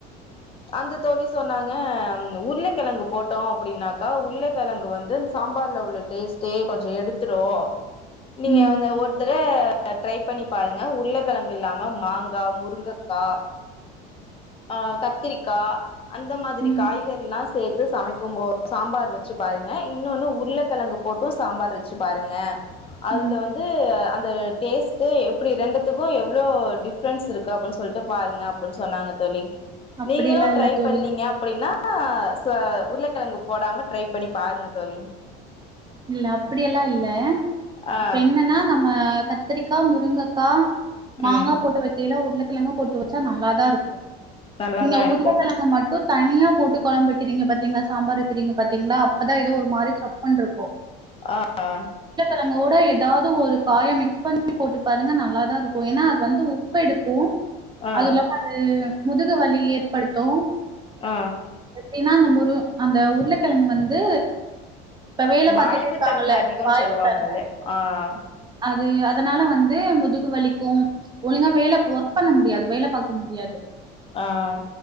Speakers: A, on the left (about 25°); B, on the right (about 20°).
A: அந்த தோழி சொன்னாங் க உருளைக்கிழங்கு போட்டோ அப்டின்னாக்கா உருளைக்கிழங்கு வந்து சாம்பார்ல உள்ள டேஸ்ட்டே கொஞ்ச எடுத்துரு நீங்க
B: ம்
A: வந்து ஒருத்தர் க ட்ரை பண்ணி பாருங்க உருளைக்கெழங்கு இல்லாம மாங்கா முருங்கக்கா ஆஹ் கத்திரிக்கா அந்த மாதிரி
B: ம்
A: காய்கற எல்லா சேத்து சமைக்கும்போது சாம்பார் வச்சு பாருங்க இன்னொன்னு உருளைக்கெழங்கு போட்டு சாம்பார் வச்சு பாருங்க அதுல
B: ம்
A: வந்து அந்த டேஸ்ட் து எப்டி ரெண்டுத்துக்கு எவ்ளோ டிஃபரன்ஸ் இருக்கு அப்டின்னு சொல்லிட்டு பாருங்க அப்டின்னு சொன்னாங்க தோழி
B: அப்படியெல்லா
A: நீங்களு
B: இல்ல
A: ட்ரை
B: தோழி
A: பண்ணீங்க அப்டின்னா ஹ உருளக்கிழங்கு போடாம ட்ரை பண்ணி பாருங்க தோழி
B: இல்ல அப்படியெல்லா இல்ல
A: ஆ
B: இப்ப என்னன்னா நம்ம கத் கத்தரிக்கா முருங்கக்கா மாங்கா
A: ம்
B: போட்டு வைக்கல உருளக் க்கிழங்க போட்டு வச்சா நல்லாதா இருக்கும்
A: நல்லாதா
B: நீங்க
A: இருக்கு
B: உருளக்கெழங்க மட்டு தனியா போட்டு கொழம்ப வைக்கிறீங்க பாத்தீங்களா சாம்பார் வைக்கிறீங்க பாத்தீங்களா அப்பதா எதோ ஒரு மாரி சப்புனுருக்கு
A: ஆ ஆ
B: ஒருத்தங்குட எதாவது ஒரு காய மிக்ஸ் பண்ணி போட்டு பாருங்க நல்லாதா இருக்கும் ஏன்னா அது வந்து உப்பு எடுக்கும்
A: ஆ
B: அதுவு இல்லாம அது முதுகு வலி ஏற்படுத்து
A: ஆ
B: அப்டின்னா அந்த முரு அந்த உருளக்கெழங்கு வந்து இப்ப வேல
A: வாய்வு
B: பாத்துட்டே இருக்காங்கல்ல
A: தன்ம அதிகோன்னு
B: வாய்வு
A: சொல்லுவாங்கல்ல
B: தன்ம
A: ஆ ஆ
B: அது அதனால வந்து முதுகு வலிக்கு ஒழுங்கா வேல ஒர்க் பண்ணம் முடியாது வேல பாக்க முடியாது
A: ஆ ஆ